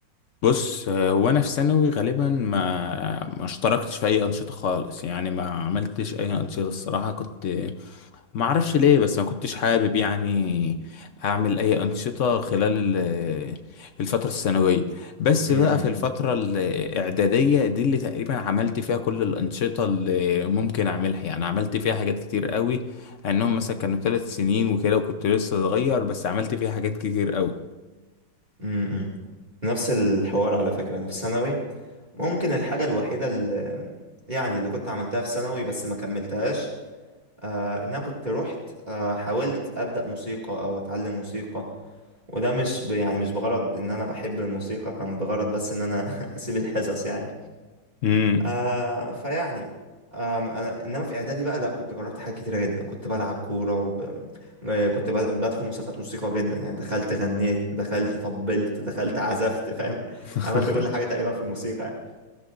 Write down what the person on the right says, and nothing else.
م-م.
م-م. نفس الحوار على فكرة أنا في ثانوي ممكن الحاجة الوحيدة اللي يعني اللي كنت عملتها في ثانوي بس ما كملتهاش آه إن أنا كنت رحت آه حاولت أبدأ موسيقى أو أتعلم موسيقى وده مش ب- يعني مش بغرض إن أنا بحب الموسيقى كان بغرض بس إن أنا <laughs> أسيب الحصص يعني
آه فيعني آه انا انما في اعدادي بقى لا كنت جربت حاجات كتيره جدا كنت بلعب كوره وب... آه، كنت ب- بدخل مسابقات موسيقى جدا يعني دخلت غنيت دخلت طبلت دخلت عزفت فاهم
<laughs> عملت كل حاجه تقريبا في الموسيقى